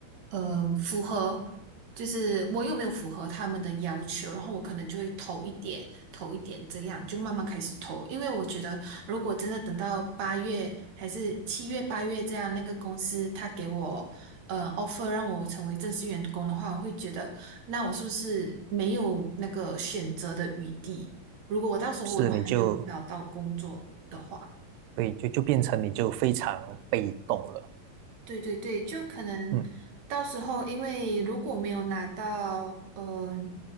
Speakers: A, on the right (about 50°); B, on the right (about 85°).
A: 嗯，符合。就是我又没有符合他们的要求，然后我可能就会投一点，投一点，这样就慢慢开始投。因为我觉得，如果真的等到八月还是七月、八月这样，那个公司他给我呃 offer 让我成为正式员工的话，我会觉得，那我是不是没有那个选择的余地？如果我到时候我都还没有找到工作。
B: 是，你就
A: 的话。
B: 对，就就变成你就非常被动了。
A: 对对对，就可能到时候，
B: 嗯，
A: 因为如果没有拿到嗯